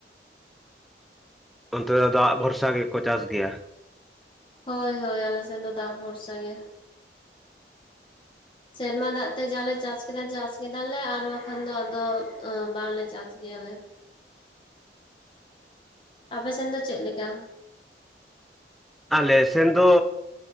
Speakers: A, in the centre; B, on the left.
A: ᱚᱱᱛᱮ ᱫᱚ ᱫᱟᱜᱽ ᱵᱷᱚᱨᱥᱟ ᱜᱮᱠᱚ ᱪᱟᱥ ᱜᱮᱭᱟ᱾
B: ᱦᱳᱭ ᱦᱳᱭ ᱟᱞᱮ ᱥᱮᱱ ᱫᱚ ᱫᱟᱜᱽ ᱵᱷᱚᱨᱥᱟ ᱜᱮ ᱥᱮᱨᱢᱟ ᱫᱟᱜ ᱛᱮ ᱡᱟᱞᱮ ᱪᱟᱥ ᱠᱮᱫᱟ ᱪᱟᱥ ᱠᱮᱫᱟᱞᱮ ᱟᱨ ᱵᱟᱠᱷᱟᱱ ᱫᱚ ᱟᱫᱚ ᱵᱟᱝᱞᱮ ᱪᱟᱥ ᱜᱮᱭᱟᱞᱮ ᱾ ᱟᱯᱮ ᱥᱮᱱ ᱫᱚ ᱪᱮᱫ ᱞᱮᱠᱟ?
A: ᱟᱞᱮ ᱥᱮᱱ ᱫᱚ